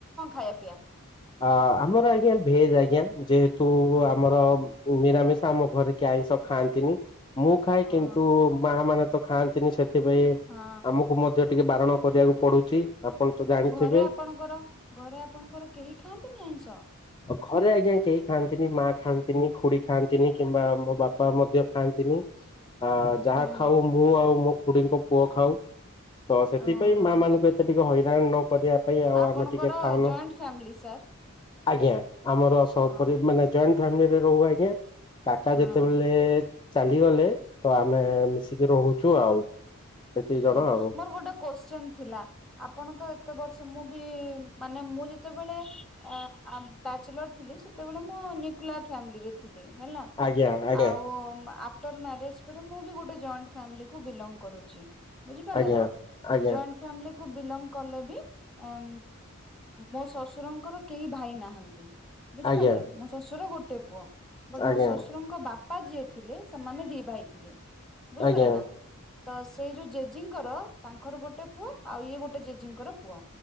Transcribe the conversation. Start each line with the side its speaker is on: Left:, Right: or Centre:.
Centre: ଖାଇ ପିଆ
Left: ଅ ଆମର ଆଜ୍ଞା ଭେଜ ଆଜ୍ଞା ଯେହେତ ତୁ
Centre: ଅ
Left: ଆମର ନିରାମିଷା ଆମ ଘରେ କେହି ଆଇଁଷ ଖାଆନ୍ତିନି। ମୁଁ ଖାଇ କିନ୍ତୁ
Centre: ଓହୋ
Left: ମା ମାନେ ଖାନ୍ତିି ସେ ସେଥିପାଇଁ
Centre: ହଁ
Left: ଆମକୁ ମଧ୍ୟ ଟିକେ ବାରଣ କରିବାକୁ ପଡୁଛି। ଆପଣ ତ ଜାଣିଥିବେ
Centre: ଘରେ ଆପଣଙ୍କର ଘରେ ଆପଣଙ୍କର କେହି ଖାଆନ୍ତିନି ଆଇଁଷ।
Left: ଆଉ ଘରେ ଆଜ୍ଞା କେହି ଖାଆନ୍ତିନି ମା ଖାଆନ୍ତିନି ଖୁଡି ଖାଆନ୍ତିନି କିମ୍ବା ମୋ ବାପା ମଧ୍ୟ ଖାଆନ୍ତିନି। ଆ ଯାହା
Centre: ହୁଁ
Left: ଖାଉ ମୁଁ ଆଉ ମୋ ଖୁଡ଼ିଙ୍କ ପୁଅ ଖାଉ ତ ସେଥିପାଇଁ
Centre: ଓହୋ
Left: ମାମାନଙ୍କୁ ଏତ ଟି ହଇରାଣ ନ କରିବା ପାଇଁ ଆଉ
Centre: ଆପଣଙ୍କର
Left: ଆମେ ଟିକେ ଖାଉନୁ।
Centre: ଜଏଣ୍ଟ ଫ୍ୟାମିଲି ସାର୍
Left: ଆଜ୍ଞା ଆମର ସପରି
Centre: ହଁ
Left: ମାନେ ଜଏଣ୍ଟ ଫାମି ଏ ରହୁ ଆଜ୍ଞା। କାକା
Centre: ହଁ
Left: ଯେତେବେଲେ ଚାଲିଗଲେ ତ ଆମେ ମିଶିକି ରହୁ ଛୁ ଆଉ ଏତିକି ଜଣ
Centre: ଅ
Left: ଆଉ
Centre: ମୋର ଗୋଟେ କୋଶ୍ଚିନ ଥିଲା ଆପଣ ତ ଏ ତେ ବର୍ଷ ମୁଁ ବି ମାନେ ମୁଁ ଯେତେବେଳେ ଆ ଆ ବ୍ୟାଚଲର ଥିଲି ସେତେବେଳେ ତ ମୁଁ ନ୍ୟୁକ୍ଲିଆର ଫ୍ୟାମିଲିରେ ଥି ଲି ହେଲା
Left: ଆଜ୍ଞା ଆଜ୍ଞା
Centre: ଆଉ ଆଫଟର ମ୍ୟାରେଜ୍ ପରେ ମୁଁ ବି ଗୋଟେ ଜଏଣ୍ଟ ଫ୍ୟାମିଲିକୁ ବିଲଙ୍ଗ କରୁଚି। ବୁଝିପାରିଲ
Left: ଆଜ୍ଞା
Centre: ନାଁ?
Left: ଆଜ୍ଞା
Centre: ଜଏଣ୍ଟ ଫ୍ୟାମିଲି କୁ ବିଲଙ୍ଗ କଲେ ବି ଉଁ ମୋ ଶଶୁରଙ୍କର କେହି ଭାଇ ନାହାନ୍ତି। ବୁଝିପାରିଲେ
Left: ଆଜ୍ଞା
Centre: ମୋ ଶଶୁର ଗୋ ଟେ ପୁଅ। ବଟ
Left: ଆଜ୍ଞା
Centre: ମୋ ଶଶୁରଙ୍କ ବା ପା ଯିଏ ଥିଲେ ସେମାନେ ଦି ଭାଇ ଥିଲେ। ବୁଝିପାଇଲେ
Left: ଆଜ୍ଞା
Centre: ନାଁ? ତ ସେଇ ଯୋଉ ଜେଜିଙ୍କର ତାଙ୍କର ଗୋଟେ ପୁଅ ଆଉ ଇଏ ଗୋଟେ ଜେଜିଙ୍କର ପୁଅ।